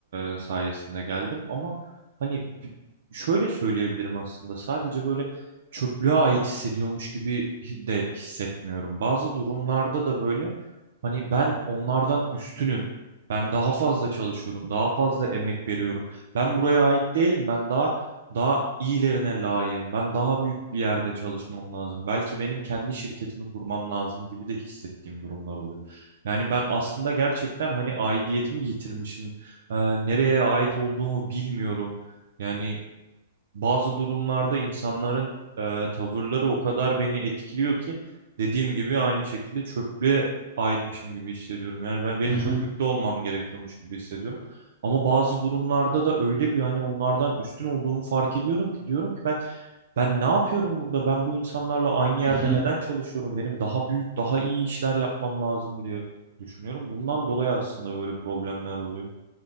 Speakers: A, on the right; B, on the right.
A: e, sayesinde geldim. Ama hani bi- şöyle söyleyebilirim aslında sadece böyle çöplüğe ait hissediyormuş gibi hi- de hissetmiyorum. Bazı durumlarda da böyle hani ben onlardan üstünüm. Ben daha fazla çalışıyorum, daha fazla emek veriyorum. Ben buraya ait değilim. Ben daha daha iyilerine layığım. Ben daha büyük bir yerde çalışmam lazım. Belki benim kendi şirketimi kurmam lazım gibi de hissettiğim durumlar oluyor. Yani ben aslında gerçekten hani aidiyetimi yitirmişim. Ee, nereye ait olduğumu bilmiyorum. Yani bazı durumlarda insanların e, tavırları o kadar beni etkiliyor ki dediğim gibi aynı şekilde çöplüğe aitmişim gibi hissediyorum. Yani ben benim
B: Hı hı.
A: çöplükte olmam gerekiyormuş gibi hissediyorum. Ama bazı durumlarda da öyle bir hani onlardan üstün olduğumu fark ediyorum ki diyorum ki ben ben ne yapıyorum burada? Ben bu insanlarla aynı yerde
B: Hı hı.
A: neden çalışıyorum? Benim daha büyük, daha iyi işler yapmam lazım diye düşünüyorum. Bundan dolayı aslında böyle problemler oluyor.